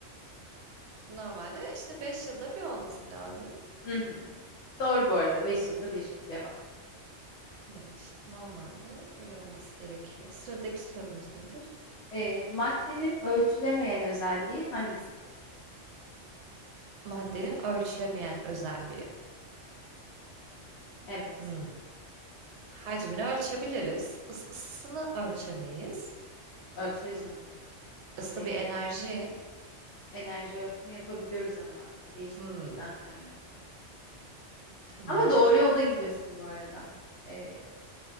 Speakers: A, on the right; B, on the left.
A: Normalde, işte, 5 yılda bir olması lazım.
B: Hı hı. Doğru bu arada 5 yılda bir cevap.
A: Evet, işte, normalde öyle olması gerekiyor. Sıradaki sorumuz nedir?
B: Ee, maddenin ölçülemeyen özelliği hangisidir?
A: Maddenin ölçülemeyen özelliği.
B: Evet,
A: Hımm. Hacmini ölçebiliriz. Is ısısını ölçemeyiz.
B: ölçeriz onu da.
A: Isı
B: Ee,
A: bir enerji.
B: enerji ölçümü yapabiliyoruz ama değiş
A: Hımm,
B: tokuştan kaynaklı.
A: tamam.
B: Ama doğru yolda gidiyorsun bu arada. Ee,